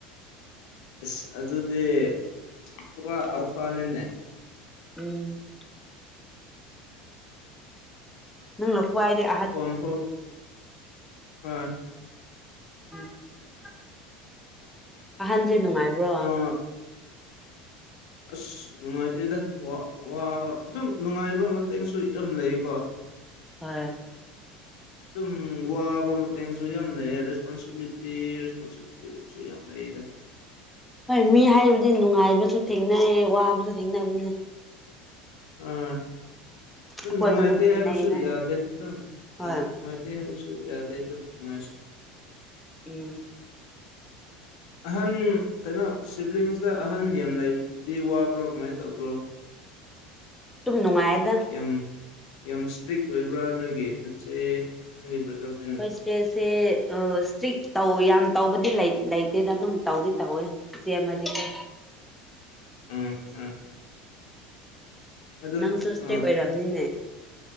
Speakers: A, on the left; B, in the centre.
A: ꯑꯁ ꯑꯗꯨꯗꯤ ꯄꯨꯔꯥ ꯑꯜꯐꯥꯅꯤꯅꯦ
B: ꯎꯝ ꯅꯪꯅ ꯈꯋꯥꯏꯗꯩ
A: ꯐꯣꯟ ꯐꯥꯎ ꯍꯣꯏ
B: ꯎꯝ <unintelligible> ꯑꯍꯥꯟꯁꯦ ꯅꯨꯡꯉꯥꯏꯕ꯭ꯔꯣ
A: ꯑꯣ ꯑꯁ ꯅꯨꯡꯉꯥꯏꯇꯦꯗ ꯋꯥ ꯋꯥ ꯑꯗꯨꯝ ꯅꯨꯡꯉꯥꯏꯕ ꯃ UNINTELLIGIBLE ꯌꯥꯝ ꯂꯩꯀꯣ
B: ꯍ <unintelligible>
A: ꯑꯗꯨꯝ ꯋꯥꯕ ꯃꯇꯦꯡꯁꯨ ꯌꯥꯝꯅꯩꯌꯦ ꯔꯦꯁꯄꯣꯟꯁꯤꯕꯤꯂꯤꯇꯤ ꯔꯦꯁꯄꫭꯟꯁꯤ UNINTELLIGIBLE ꯌꯥꯝ ꯂꯩꯌꯦꯗ
B: ꯍꯣꯏ ꯃꯤ ꯍꯥꯏꯕꯗꯤ ꯅꯨꯡꯉꯥꯏꯕꯁꯨ ꯊꯦꯡꯅꯩ ꯋꯥꯕꯁꯨ ꯊꯦꯡꯅꯕꯅꯦ
A: ꯑꯥ ꯑꯗꯨꯝ
B: ꯑꯩꯈꯣꯏꯁꯨ
A: ꯅꯨꯡꯉꯥꯏꯇꯦ
B: ꯊꯦꯡꯅꯩꯌꯦꯅ
A: ꯍꯥꯏꯕꯁꯨ ꯌꯥꯗꯦ ꯑꯗꯨꯝ
B: ꯍꯣꯏ
A: ꯑꯥ ꯅꯨꯡꯉꯥꯏ <unintelligible> ꯍꯥꯏꯁꯨ ꯌꯥꯗꯦꯉꯥꯏ
B: ꯎꯝ
A: ꯑꯍꯟ ꯀꯩꯅꯣ ꯁꯤꯕꯂꯤꯡꯁꯇ ꯑꯍꯟ ꯌꯥꯝ ꯂꯩꯕꯗꯤ ꯋꯥꯕ꯭ꯔꯣ ꯀꯃꯥꯏꯅ ꯇ ꯇꯧꯕ꯭ꯔꯣ
B: ꯑꯗꯨꯝ ꯅꯨꯡꯉꯥꯏꯌꯦꯗ
A: ꯌꯥꯝ ꯌꯥꯝ ꯏꯁꯇ꯭ꯔꯤꯛ ꯑꯣꯏꯕ꯭ꯔꯥ ꯅꯣꯏꯒꯤ ꯅꯆꯦ ꯅꯪꯒꯤ ꯕꯔꯗꯔ
B: ꯏꯆ‌ꯦꯁ‌ꯦ ꯏꯁꯇ꯭ꯔꯤꯛ ꯇꯧ ꯌꯥꯝ ꯇꯧꯕꯗꯤ ꯂꯩꯇꯦꯗ ꯑꯗꯨꯝ ꯇꯧꯗꯤ ꯇꯧꯋꯦ ꯏꯆ‌ꯦ ꯥꯃꯗꯤ ꯀꫭ
A: ꯎꯝ ꯎꯝ ꯑꯗꯨ
B: ꯅꯪꯁꯨ ꯏꯁꯇ꯭ꯔꯤꯛ
A: ꯎꯝ
B: ꯑꯣꯏꯔꯝꯅꯤꯅꯦ